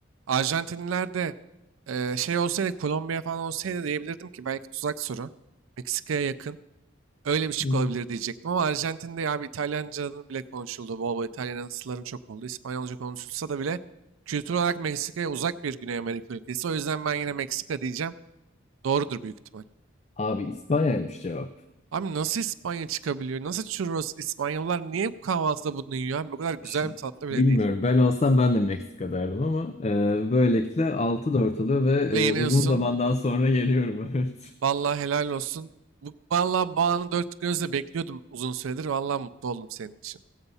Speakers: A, on the right; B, on the left.
A: Arjantinliler de e, şey olsaydı Kolombiya falan olsaydı diyebilirdim ki belki tuzak soru. Meksika'ya yakın. Öyle bir şık
B: Hmm.
A: olabilir diyecektim ama Arjantin'de ya bir İtalyanca'nın bile konuşuldu. Bol bol İtalyansların çok oldu. İspanyolca konuşulsa da bile kültür olarak Meksika'ya uzak bir Güney Amerika ülkesi. O yüzden ben yine Meksika diyeceğim. Doğrudur büyük ihtimal.
B: Abi İspanya'ymış cevap.
A: Abi nasıl İspanya çıkabiliyor? Nasıl churros? İspanyollar niye bu kahvaltıda bunu yiyor? abi? Bu kadar güzel
B: İşte
A: bir tatlı bile
B: bilmiyorum.
A: değil.
B: Ben olsam ben de Meksika derdim ama e, böylelikle altı dört oluyor ve e,
A: Ve yeniyorsun.
B: uzun zamandan sonra yeniyorum. <laughs> Evet.
A: Vallahi helal olsun. Bu, vallahi bu anı dört gözle bekliyordum uzun süredir. Vallahi mutlu oldum senin için.